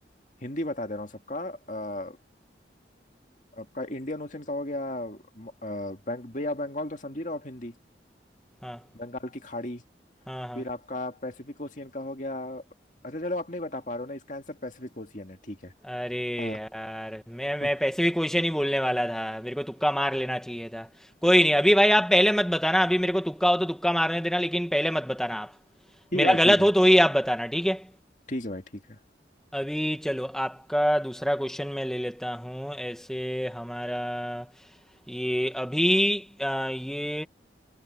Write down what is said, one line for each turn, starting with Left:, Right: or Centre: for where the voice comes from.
Left: हिंदी बता दे रहा हूँ सबका अ, आपका इंडियन ओशन का हो गया म- अ, बंग, बे ऑफ बंगाल तो समझ ही रहे हो आप हिंदी
Centre: हाँ
Left: बंगाल की खाड़ी
Centre: हाँ हाँ
Left: फिर आपका पैसिफिक ओशियन का हो गया अच्छा चलो आप नहीं बता पा रहे हो ना इसका आंसर पैसिफिक ओशियन है ठीक है
Centre: अरे
Left: अ,
Centre: यार मैं मैं
Left: <laughs>
Centre: पैसे भी क्वेश्चन ही बोलने वाला था मेरे को तुक्का मार लेना चाहिए था कोई नहीं अभी भाई आप पहले मत बताना अभी मेरे को तुक्का हो तो तुक्का मारने देना लेकिन पहले मत बताना आप
Left: ठीक
Centre: मेरा
Left: है भाई
Centre: गलत
Left: ठीक है
Centre: हो तो ही आप बताना ठीक है
Left: ठीक है भाई ठीक है
Centre: अभी चलो आपका दूसरा क्वेश्चन मैं ले लेता हूँ ऐसे हमारा ये अभी अ, ये